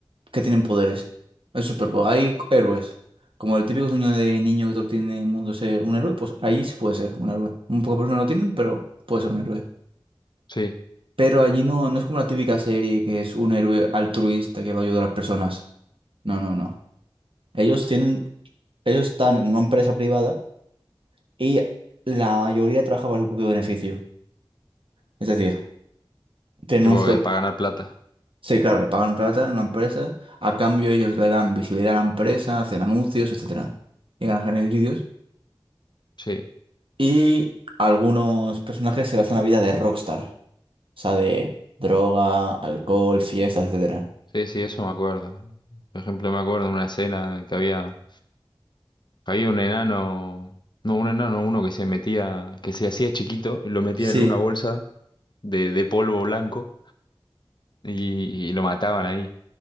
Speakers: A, on the right; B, on the left.
A: que tienen poderes. Es súper po- Hay héroes. Como el típico sueño de niño que todo tiene en el mundo ser un héroe, pues ahí se puede ser un héroe. Muy pocas personas lo tienen, pero puede ser un héroe.
B: Sí,
A: Pero allí no, no es como la típica serie que es un héroe altruista que va a ayudar a las personas. No, no, no. Ellos tienen, ellos están en una empresa privada y la mayoría trabaja para su propio beneficio. Es decir, tienen
B: tipo
A: un sueldo.
B: que para ganar plata.
A: Sí, claro, le pagan plata en una empresa, a cambio ellos le dan visibilidad a la empresa, hacen anuncios, etcétera. Y ganan beneficios.
B: Sí.
A: Y algunos personajes se basan la vida de rockstar. O sea, de droga, alcohol, fiestas, etcétera.
B: Sí, sí, eso me acuerdo. Por ejemplo, me acuerdo en una escena que había, que había un enano, no, un enano, uno que se metía, que se hacía chiquito, lo metían
A: Sí.
B: en una bolsa de, de polvo blanco y, y lo mataban ahí.